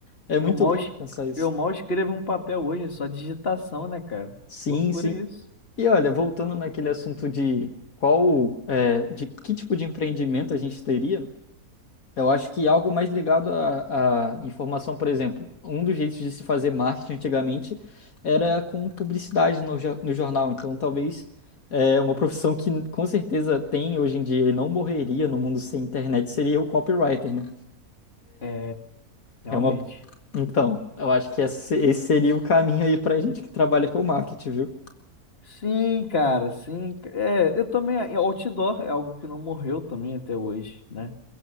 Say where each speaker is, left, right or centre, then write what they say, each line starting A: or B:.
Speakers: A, on the left; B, on the left.
A: É
B: Eu
A: muito
B: mal,
A: louco
B: es-
A: pensar isso.
B: eu mal escrevo um papel hoje, é só digitação, né, cara?
A: Sim,
B: Loucura
A: sim.
B: isso.
A: E olha, voltando naquele assunto de qual, eh, de que tipo de empreendimento a gente teria, Eu acho que algo mais ligado à, à informação, por exemplo, um dos jeitos de se fazer marketing antigamente era com publicidade no, jo- no jornal. Então, talvez é uma profissão que com certeza tem hoje em dia e não morreria no mundo sem internet seria o copywriter, né?
B: É, realmente.
A: É uma... Então, eu acho que esse esse seria o caminho aí pra gente que trabalha com marketing, viu?
B: Sim, cara, sim. É, eu também. é, Outdoor é algo que não morreu também até hoje, né?